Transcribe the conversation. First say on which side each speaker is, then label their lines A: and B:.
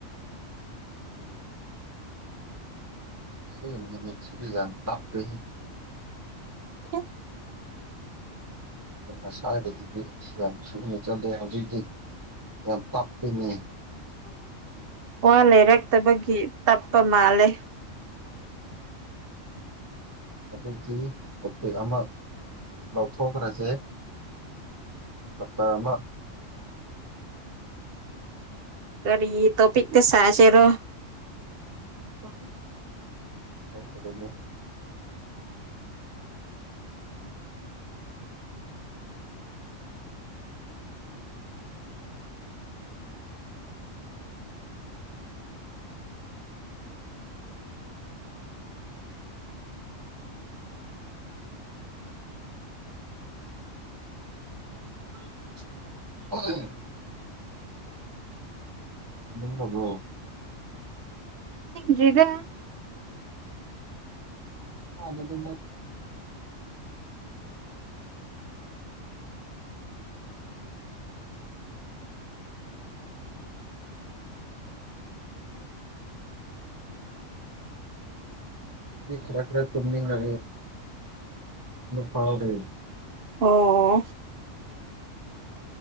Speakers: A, on the right (about 20°); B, on the right (about 55°).
A: ꯁꯤ ꯅ ꯆꯗꯤꯖꯝ ꯄꯞꯄ
B: ꯍꯣ
A: ꯑꯗꯨꯁꯕꯗꯤ ꯌꯥꯝ ꯁꯨꯅ ꯆꯠꯂꯦ ꯍꯧꯖꯤꯛꯇꯤ ꯑ ꯇꯞꯅꯦ
B: ꯋꯥ ꯂꯩꯔꯛꯇꯕꯒꯤ ꯇꯞꯄ ꯃꯥꯜꯂꯦ
A: ꯑꯗꯨꯗꯤ ꯇꯣꯄꯤꯛ ꯑꯃ ꯂꯧꯊꯣꯛꯈ꯭ꯔꯁꯦ ꯄꯠꯇꯥꯔꯃ
B: ꯀꯔꯤ ꯇꯣꯄꯤꯛ ꯇ ꯁꯥ ꯆꯔꯣ
A: <unintelligible> <unintelligible> <inaudible> <unintelligible> ꯍꯗꯕꯣ
B: ꯀꯔꯤꯗ
A: ꯃꯥꯗ ꯀ ꯈꯔ ꯈꯔ ꯇꯃꯤꯒ ꯄꯔꯣꯅꯤ
B: ꯑꯣ